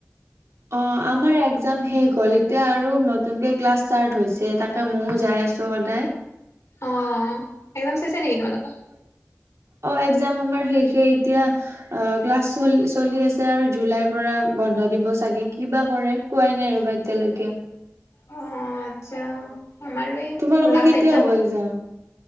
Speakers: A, on the right; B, on the left.
A: অ আমাৰ একজাম শেষ হ'ল এতিয়া আৰু নতুনকৈ ক্লাছ ষ্টাৰ্ট হৈছে তাকে ময়ো যাই আছোঁ সদায়। <inaudible>
B: অ একদম চেছে নেকি তোমালোকৰ?
A: অ একজাম আমাৰ শেষে এতিয়া অ ক্লাছ চল চলি আছে আৰু জুলাইৰ পৰা বন্ধ। দিব চাগে কিবা কৰে কোৱাই নাই ৰ'বা এতিয়ালৈকে।
B: অ আচ্ছা আমাৰো এই
A: তোমালোকৰ
B: লাষ্ট
A: কেতিয়া
B: একজাম।
A: হ'ব এক্জাম